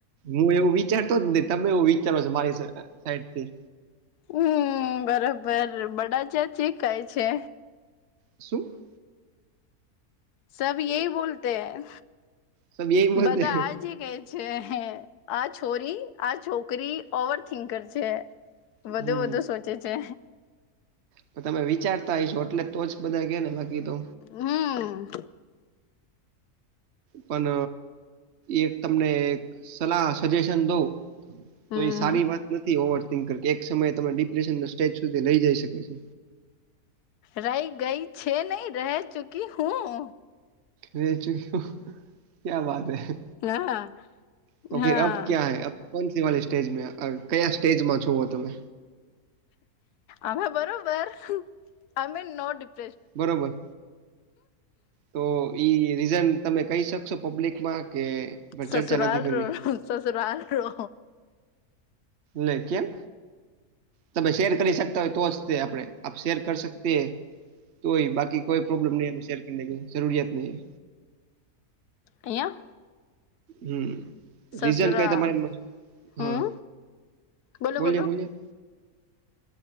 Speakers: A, on the right; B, on the left.
A: હું એવું વિચારતો જ ને તમે એવું વિચારો છો મારી સાઈડથી
B: હમ બરોબર બડા <inaudible> કાઈ છે.
A: શું?
B: સબ યેહી બોલતે હે.
A: સબ યહી બોલતે
B: બધા
A: હે.
B: આજી કેછે હે. આ છોરી આ છોકરી ઓવરથિંકર છે વધુ
A: હમ
B: વધુ સોચ ચે છે.
A: તો તમે વિચારતા હઈશો એટલે તો જ બધા કે ને બાકી તો
B: હમ
A: પન એક તમને એક સલાહ સજેશન દઉં. તો
B: હમ
A: ઈ સારી વાત નથી ઓવર થિંકર. કે એક સમયે તમે ડિપ્રેશનના સ્ટેજ સુધી લઈ જઈ શકે છે.
B: રહી ગઈ છે નહીં રહે ચુકી હું.
A: રહે ચુકી હું. ક્યા બાત હૈ.
B: હા
A: તો
B: હા
A: ફિર અબ ક્યા હૈ અબ? કોનસી વાલી સ્ટેજમે અ કયા સ્ટેજમાં છો અ તમે?
B: અમે બરોબર અમે નો ડીપ
A: બરોબર. તો ઈ રીઝન તમે કહી શકશો પબ્લિકમાં કે પણ
B: સસુરાલ
A: ચર્ચા નથી કરવી
B: રો સસુરાલ રો
A: લે કેમ? તમે શેર કરી શકતા હોય તો જ તે આપણેે. આપ શેર કર સકતે હે તોહી. બાકી કોઈ પ્રોબ્લમ નઈ હે શેયર કરને કી જરૂરિયાત નહીં હે.
B: અહીંયા?
A: હમ રીઝન
B: સસુરા
A: કઈ તમારે હા
B: હમ બોલો
A: બોલીયે
B: બોલો
A: બોલીયે.